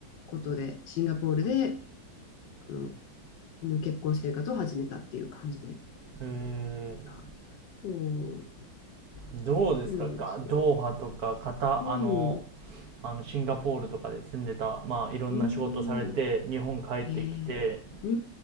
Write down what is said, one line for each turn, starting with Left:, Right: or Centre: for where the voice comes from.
Left: ことで、シンガポールで、あの、あの結婚生活を始めたっていう感じで。
Right: へえ。
Left: あそう、
Right: どうですかか、
Left: そうなんですよ。
Right: ドーハとか、カタ、
Left: うん、
Right: あの、あの、シンガポールとかで住んでた、まあ、いろんな仕事されて、
Left: うん、
Right: 日本帰ってきて、
Left: ええ、う